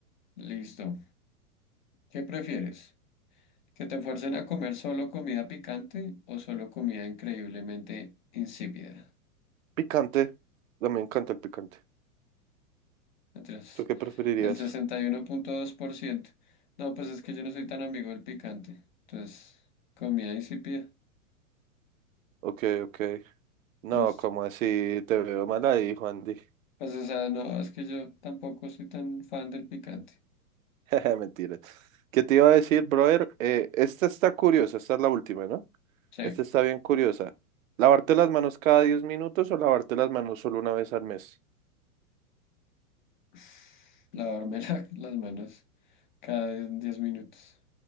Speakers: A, on the left; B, on the right.
A: Listo. ¿Qué prefieres? ¿Que te fuercen a comer solo comida picante o solo comida increíblemente insípida?
B: Picante. A mí me encanta el picante.
A: Entonces,
B: ¿Tú qué preferirías?
A: el sesenta y uno punto dos por ciento No, pues es que yo no soy tan amigo del picante. Entonces, comida insípida.
B: Ok, ok. No,
A: Listo.
B: como así? Te veo mal ahí, Juan Di. <laughs>
A: Pues, o sea, no, es que yo tampoco soy tan fan del picante.
B: Jeje, Mentira. ¿Qué te iba a decir, brother? Eh, esta está curiosa, esta es la última, ¿no?
A: Sí.
B: Esta está bien curiosa. ¿Lavarte las manos cada 10 minutos o lavarte las manos solo una vez al mes?
A: <sighs> Lavarme <laughs> la- las manos cada 10 minutos.